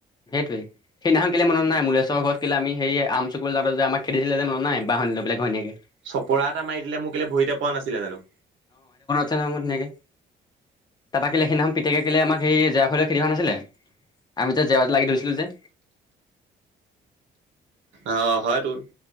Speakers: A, on the left (about 20°); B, on the right (about 70°).
A: সেইটোৱেই সেইদিনাখন কেলে মনত নাই মুলশ্বৰ ঘৰত কেলে আমি স আম চুকৈলৈ যাওঁ যে আমাক খেদিছিলে মনত নাই বাহনী লৈপেলাই ঘৈনীয়েকে
B: চপৰা এটা মাৰি দিলে মোক কেলে ভৰিতে পৰা নাছিলে জানো
A: নামত নেকে তাৰপৰা কেলে সেদিনাখন পোতেকে কেলে আমাক সেই জেৰা খুটী লৈ খেদি অহা নাছিলে আমি জেৱাত লাগি ধৰিছিলো যে
B: অ হয়তো